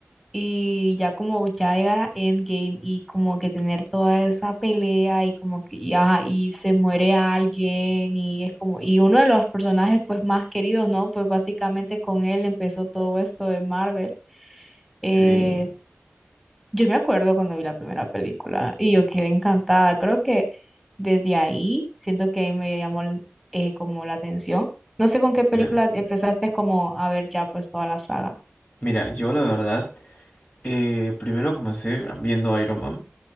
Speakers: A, in the centre; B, on the left.
A: y ya como ya llegar a Endgame y como que tener toda esa pelea y como que y, ajá, y se muere alguien y es como y uno de los personajes pues más queridos, ¿no? Pues básicamente con él empezó todo esto de Marvel. Eh,
B: sí,
A: yo me acuerdo cuando vi la primera película y yo quedé encantada. Creo que desde ahí siento que me llamó eh, como la atención. No sé con qué película
B: claro.
A: empezaste como a ver ya pues toda la saga.
B: Mira, yo la verdad, eh, primero comencé viendo Iron Man,